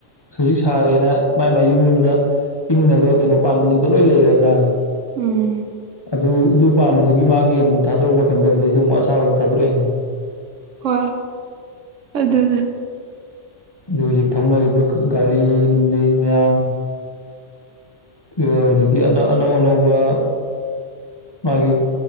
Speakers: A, on the left (about 20°); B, on the right (about 80°).
A: ꯍꯧꯖꯤꯛ ꯁꯥꯔꯦꯅ ꯃꯥꯏ ꯃꯥꯏ ꯌꯨꯝ ꯌꯨꯝꯗ ꯏꯪꯅꯕ ꯀꯩꯅꯣ ꯄꯥꯟꯕꯁꯤꯡꯗꯣ ꯂꯣꯏ ꯂꯩꯔꯗ꯭ꯔꯥ
B: ꯎꯝ
A: ꯑꯗꯨ ꯑꯗꯨ ꯄꯥꯝꯕꯗꯨꯒꯤ ꯃꯥꯒꯤ ꯑꯃꯨꯛ ꯊꯥꯗꯣꯔꯛꯄ ꯃꯇꯝꯗꯕꯨꯗꯩꯗꯤ ꯑꯃꯨꯛ ꯑꯁꯥꯕꯗ ꯊꯥꯗꯣꯔꯛꯏꯅꯦ
B: ꯍꯣꯏ ꯑꯗꯨꯅꯦ
A: ꯑꯗꯨ ꯍꯧꯖꯤꯛ ꯊꯧꯅꯔꯤꯕ ꯒꯥꯔꯤ ꯅꯨꯡꯂꯤ ꯃꯌꯥꯝ ꯍꯧꯖꯤꯛꯒꯤꯅ ꯑꯅꯧ ꯑꯅꯧꯕ ꯃꯥꯒꯤ